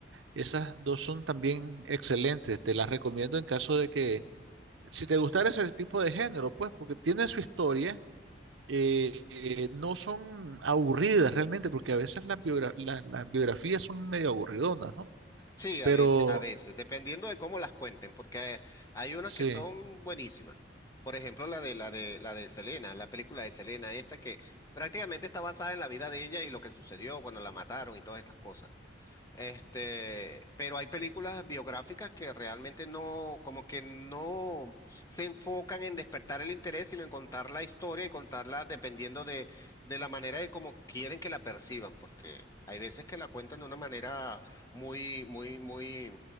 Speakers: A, on the right (about 85°); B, on the left (about 20°).
A: esas dos son también excelentes, te las recomiendo en caso de que, si te gustara ese tipo de género, pues porque tiene su historia, eh, eh, no son aburridas realmente, porque a veces las, biogra- la- las biografías son medio aburridonas, ¿no?
B: Sí, a
A: Pero
B: veces, a veces, dependiendo de cómo las cuenten, porque hay unas
A: sí.
B: que son buenísimas. Por ejemplo, la de la de la de Selena, la película de Selena, esta que prácticamente está basada en la vida de ella y lo que sucedió cuando la mataron y todas estas cosas. Este, pero hay películas biográficas que realmente no, como que no se enfocan en despertar el interés, sino en contar la historia y contarla dependiendo de, de la manera de cómo quieren que la perciban, porque hay veces que la cuentan de una manera muy, muy, muy